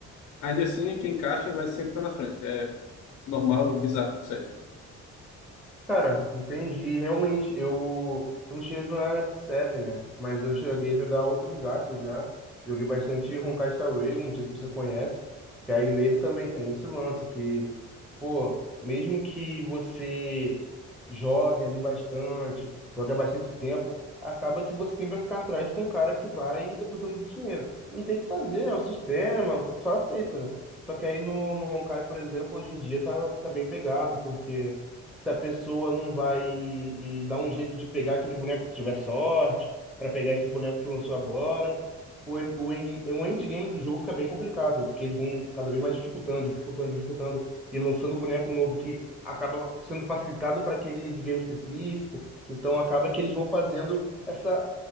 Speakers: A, on the left; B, in the centre.
A: ainda assim quem caixa vai sempre estar na frente. É normal, bizarro, isso aí.
B: Cara, entendi. Realmente, eu, eu não cheguei a jogar Epic Seven, né? Mas eu cheguei a jogar outros gatos já. Joguei bastante Honkai Star Rail, não sei se você conhece. Que aí nele também tem esse lance que, pô, mesmo que você jogue ali bastante, jogue há bastante tempo, acaba que você sempre vai ficar atrás pra um cara que vai depositando dinheiro. Não tem o que fazer, é o sistema, você só aceita, né? Só que aí no, no Honkai, por exemplo, hoje em dia tá, tá bem pegado, porque se a pessoa não vai e, e dar um jeito de pegar aquele boneco que tiver sorte, pra pegar esse boneco que lançou agora. O, en- o, en- o endgame do jogo fica bem complicado, porque eles vão cada vez mais dificultando, dificultando, dificultando, e lançando boneco novo que acaba sendo facilitado para aquele endgame específico. Então acaba que eles vão fazendo essa,